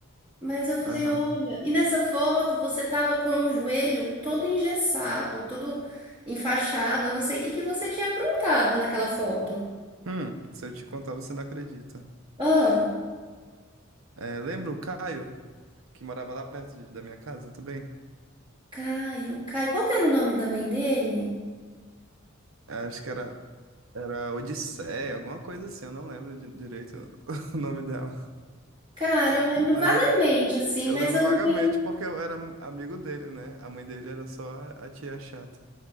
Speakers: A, on the right; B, on the right.
A: Mas eu falei,
B: Aham.
A: olha, e nessa foto você tava com o joelho todo engessado, todo enfaixado. Eu não sei o que que você tinha aprontado naquela foto.
B: Hum, se eu te contar, você não acredita.
A: Ah,
B: É, lembra o Caio, que morava lá perto de- da minha casa também?
A: Caio, Caio. Qual que era o nome da mãe dele?
B: É, Acho que era, era Odisseia, alguma coisa assim, eu não lembro di- direito <laughs> o nome dela.
A: Cara, eu lembro
B: Mas
A: vagamente,
B: é.
A: assim,
B: Eu
A: mas
B: lembro
A: eu
B: vagamente
A: não tenho.
B: porque eu era amigo dele, né? A mãe dele era só a tia chata.